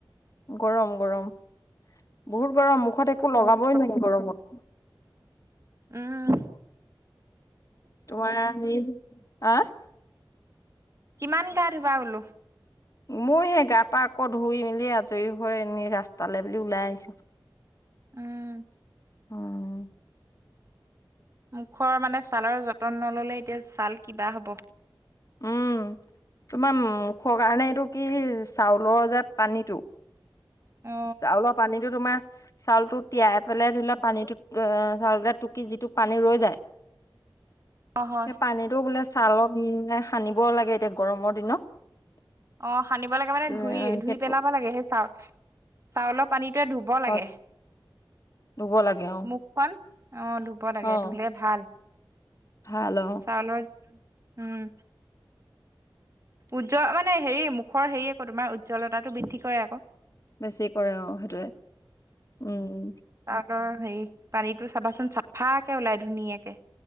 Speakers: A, on the left; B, on the right.
A: গৰম গৰম বহুত গৰম মুখত একো
B: বহুত
A: লগাবই নোৱাৰি গৰমত।
B: উমহ!
A: তোমাৰে আমি হাহ।
B: কিমান গা ধোবা বোলো।
A: মই সেই গা পা আকৌ ধুই মেলি আজৰি হৈ এনেই ৰাস্তালৈ বুলি ওলাই আহিছো।
B: উম!
A: উম!
B: মুখৰ মানে ছালৰ যতন নললে এতিয়া ছাল কিবা হ'ব।
A: উম তোমাৰ মুখৰ কাৰণে এইটো কি চাউলৰ যে পানীটো?
B: অ
A: চাউল পানীটো তোমা। চাউলটো তিয়াই পেলাই ধুলে পানীটোত এ এ চাউলকেটা টুকি যিটো পানী ৰৈ যায়!
B: <inaudible> হয়
A: সে পানীটো বোলে ছালত ওম এ সানিব লাগে এতিয়া গৰমৰ দিনত।
B: অ সানিব লাগে মানে
A: এ
B: ধুই ধুই
A: সেইটো
B: পেলাব লাগে সেই চাউ চাউল পানীত। তে ধুব লাগে,
A: খচ ধুব লাগে অ
B: মুখখন। অ ধুব লাগে,
A: অ
B: ধুলে ভাল।
A: ভাল অ
B: চালত উম! উজ্জ্ব মানে হেৰি মুখৰ হেৰি আকৌ তোমাৰ উজ্জ্বলতাটো বৃদ্ধি কৰে আক।
A: বেছি কৰে অ সেইটোৱে উম!
B: অ হেৰি, পানীটো চাবাচোন চাফাকে ওলাই ধুনীয়াকে।